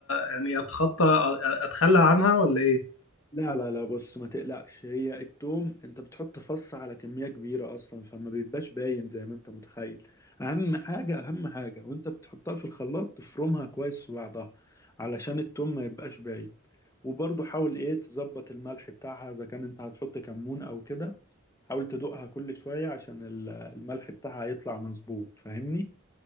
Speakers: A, on the left; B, on the left.
A: يعني اتخطى اتخلى عنها ولا ايه
B: لا لا لا بص ما تقلقش هي التوم انت بتحط فص على كمية كبيرة اصلا فما بيبقاش باين زي ما انت متخيل اهم حاجة اهم حاجة وانت بتحطها في الخلاط تفرمها كويس في بعضها علشان التوم ما يبقاش باين وبرضه حاول ايه تظبط الملح بتاعها اذا كان انت هتحط كمون او كده حاول تدوقها كل شوية عشان ال- الملح بتاعها يطلع مظبوط فاهمني